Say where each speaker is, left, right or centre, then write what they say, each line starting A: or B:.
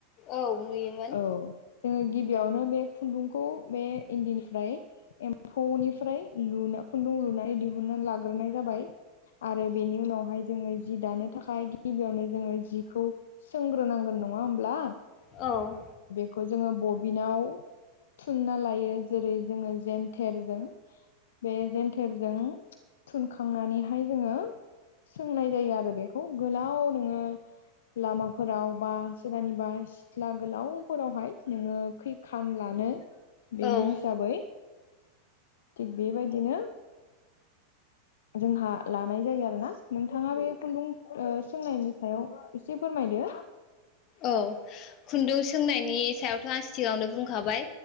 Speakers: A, on the left; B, on the left.
A: औ नुयोमोन
B: औ जोङो गिबियावनो बे खुन्दुंखौ बे इन्दिनिफ्राय एम्फौनिफ्राय लु खुन्दुं लुनानै दिहुनानै लाग्रोनाय जाबाय आरो बेनि उनावहाय जोङो जि दानो थाखाय गिबियावनो जोङो जिखौ सोंग्रोनांगोन नङा होमब्ला
A: औ
B: बेखौ जोङो बबिनाव थुनना लायो जेरै जोङो जेनथेरजों बे जेन्थेरजों थुनखांनानैहाय जोङो सोंनाय जायो आरो बेखौ गोलाव नोङो लामाफोराव बा सोरनिबा सिथ्ला गोलावफोरावहाय नोङो खैखान लानो
A: औ
B: बेनि हिसाबै थिग बेबायदिनो जोंहा लानाय जायो आरो ना नोंथाङा बे खुन्दुं सोंनायनि सायाव एसे फोरमाय दो
A: औ खुन्दुं सोंनायनि सायावथ' आं सिगाङावनो बुंखाबाय